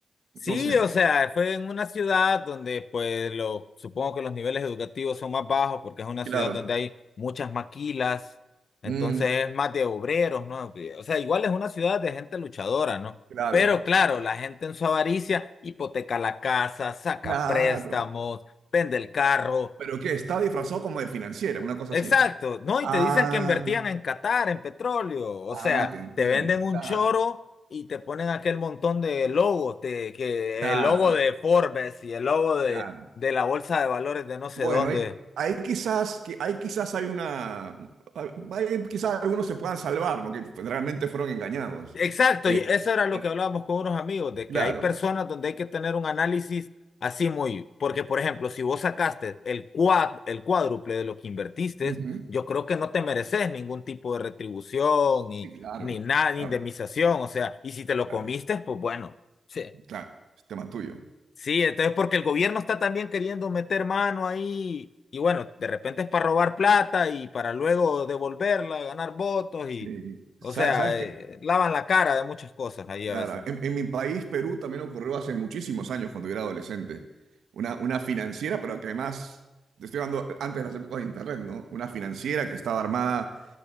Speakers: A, on the left; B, on the right.
A: Sí,
B: No sé.
A: o sea, fue en una ciudad donde, pues, lo, supongo que los niveles educativos son más bajos porque es una
B: Claro.
A: ciudad donde hay muchas maquilas, entonces
B: Mm,
A: es más de obreros, ¿no? Eh, O sea, igual es una ciudad de gente luchadora, ¿no?
B: claro.
A: Pero claro, la gente en su avaricia hipoteca la casa, saca
B: Claro.
A: préstamos, vende el carro,
B: Pero que está disfrazado como de financiera, una cosa
A: Exacto,
B: así.
A: ¿no? Y
B: Ah,
A: te dicen que invertían en Qatar, en petróleo, o
B: ah,
A: sea,
B: te entiendo.
A: te venden un
B: Claro,
A: choro y te ponen aquel montón de logos, te- que
B: claro,
A: el logo de Forbes y el logo de,
B: claro.
A: de la bolsa de valores de no sé
B: Bueno,
A: dónde.
B: hay, hay quizás, que hay quizás hay una, hay quizás algunos se puedan salvar, ¿no? Que realmente fueron engañados.
A: Exacto,
B: Eh,
A: y eso era lo
B: eh,
A: que hablábamos con unos amigos, de
B: claro.
A: que hay personas donde hay que tener un análisis así muy, porque por ejemplo, si vos sacaste el cuad, el cuádruple de lo que invertiste,
B: Ujú.
A: yo creo que no te mereces ningún tipo de retribución ni,
B: Sí, claro,
A: ni nada, ni
B: claro,
A: indemnización, o sea, y si te lo
B: claro,
A: comiste, pues bueno, Sí,
B: claro. Es tema tuyo.
A: Sí, entonces porque el gobierno está también queriendo meter mano ahí y bueno, de repente es para robar plata y para luego devolverla, ganar votos y,
B: Sí.
A: o
B: Sa-
A: sea,
B: ¿Sabes qué?
A: eh, lavan la cara de muchas cosas ahí
B: Claro,
A: a veces,
B: en, en mi país, Perú, también ocurrió hace muchísimos años cuando yo era adolescente. Una, una financiera, pero que además, te estoy hablando antes de las épocas de Internet, ¿no? Una financiera que estaba armada